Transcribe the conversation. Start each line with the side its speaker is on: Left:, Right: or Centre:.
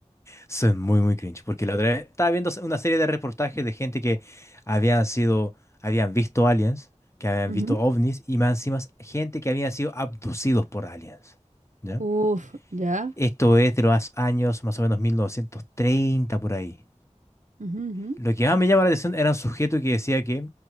Left: Son muy, muy cringe, porque la otra vez estaba viendo una serie de reportajes de gente que habían sido, habían visto aliens, que habían
Right: Ujú.
Left: visto ovnis, y más encima gente que habían sido abducidos por aliens. ¿Ya?
Right: Uf, ya.
Left: Esto es de los años más o menos 1930 por ahí.
Right: Ujú, ujú.
Left: Lo que más me llama la atención era un sujeto que decía que